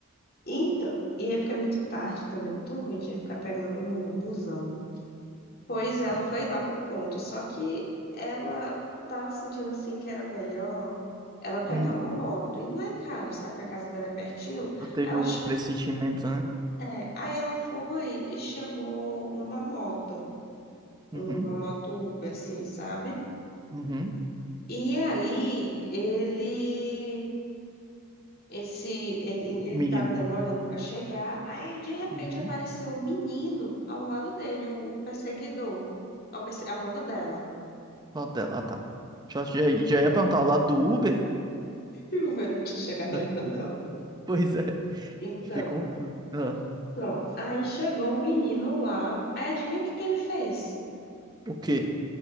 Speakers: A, on the left; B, on the right.
A: Então, e aí porque é muito tarde também, é muito ruim de ficar pegando o busão, Pois ela
B: É.
A: foi lá pro ponto, só que ela tava sentindo assim que era melhor ela pegar
B: Hum.
A: uma moto. E não é caro, sabe? A casa dela é pertinho.
B: Ela teve
A: Ela,
B: o
A: ch-
B: pressentimento, né?
A: é, aí ela foi e chamou uma moto, uma
B: Uhum.
A: moto Uber, assim, sabe?
B: Uhum.
A: E aí ele, esse, ele, ele
B: Menino.
A: tava demorando para chegar, aí de repente
B: Uhum.
A: apareceu um menino ao lado dele, o, o perseguidor, ao, perse- ao lado dela.
B: Lado dela, ah, tá. Já, já, já ia perguntar, o lado do Uber?
A: E o velho não tinha chegado
B: É.
A: ainda, não.
B: Pois é.
A: Então,
B: Fiquei confuso. Ah.
A: pronto. Aí chegou um menino lá. Aí adivinha o que que ele fez?
B: O quê?